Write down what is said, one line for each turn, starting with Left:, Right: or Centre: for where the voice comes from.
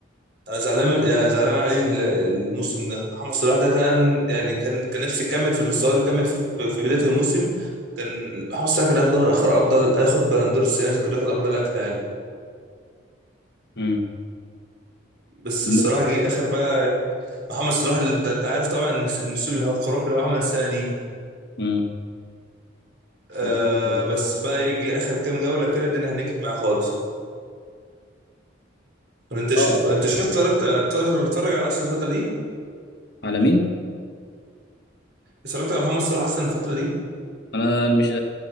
Right: أنا زعلان من- يعني زعلان عليه ال- الموسم ده محمد صلاح ده كان يعني كان كان نفسي يكمل في المستوى اللي كمل فيه في في بداية الموسم كان محمد صلاح كان أفضل آخر أفضل ياخد بلندور السنة دي كان ياخد أفضل لاعب في العالم
Left: امم
Right: بس
Left: الموس
Right: الصراحة جه آخر بقى محمد صلاح اللي أنت أنت عارف طبعا الموسم اللي هو- الخرافي اللي هو عمل السنة دي
Left: امم
Right: آه
Left: اكيد طبعا
Right: بس بقى يجي آخر كام جولة كده الدنيا هنجت معاه خالص انت ش...
Left: اه
Right: انت شفت اتفرجت اتفرج على اصل الفتره دي
Left: على مين
Right: اتفرجت على محمد صلاح اصلا الفتره دي
Left: انا مش